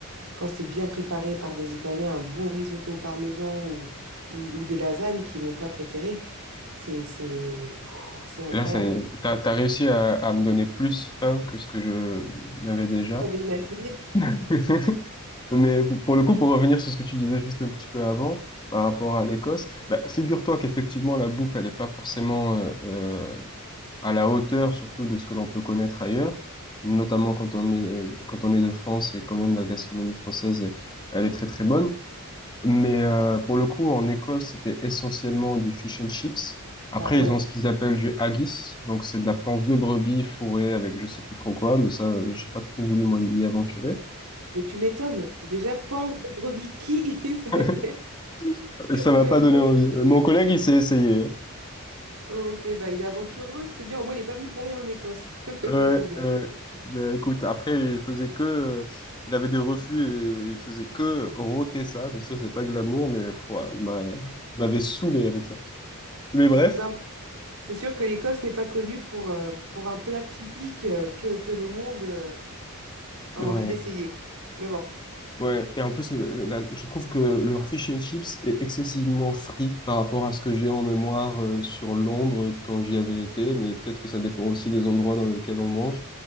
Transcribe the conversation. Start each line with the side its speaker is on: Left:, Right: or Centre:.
Right: Quand c'est bien préparé par des Italiens, un bon risotto au parmesan ou, ou, ou des lasagnes, qui est mon plat préféré, c'est c'est ouh, c'est incroyable.
Left: Et là, ça, y est, t'as, t'as réussi à, à me donner plus faim que ce que je n'avais déjà.
Right: T'avais imaginé?
Left: <laughs> Mais pour pour le coup, pour revenir sur ce que tu disais juste un petit peu avant, par rapport à l'Écosse, bah, figure-toi qu'effectivement, la bouffe, elle n'est pas forcément euh, euh, à la hauteur, surtout de ce que l'on peut connaître ailleurs, notamment quand on est, euh, quand on est de France et quand même la gastronomie française, elle est très très bonne. Mais euh, pour le coup, en Écosse, c'était essentiellement du fish and chips. Après,
Right: Ah ouais.
Left: ils ont ce qu'ils appellent du haggis, donc c'est de la panse de brebis fourrée avec je sais plus trop quoi, mais ça, euh, j'ai pas trop voulu m'y m'y aventurer.
Right: Mais tu m'étonnes. Déjà, pense de brebis qui... <laughs> c'est-
Left: <laughs> Ça m'a
Right: je-
Left: pas donné envie. Euh, Mon collègue, il s'est essayé.
Right: Ok, bah il est aventureux, c'est bien. Au moins, il n'est pas venu pour rien en Écosse. <laughs>
Left: Ouais,
Right: C'est bien.
Left: euh, bah, écoute, après, il faisait que, euh, il avait des reflux et il faisait que rôter ça. Je sais, c'est pas glamour, mais pff, ouais, il m'a- il m'avait saoulé avec ça. Mais bref,
Right: Non, mais c'est sûr que l'Écosse n'est pas connue pour, euh, pour un plat typique euh, que, que le monde euh, a
Left: ouais.
Right: envie d'essayer. Mais bon,
Left: Ouais, et en plus, euh, la- je trouve que leur fish and chips est excessivement free par rapport à ce que j'ai en mémoire euh, sur Londres euh, quand j'y avais été, mais peut-être que ça dépend aussi des endroits dans lesquels on mange.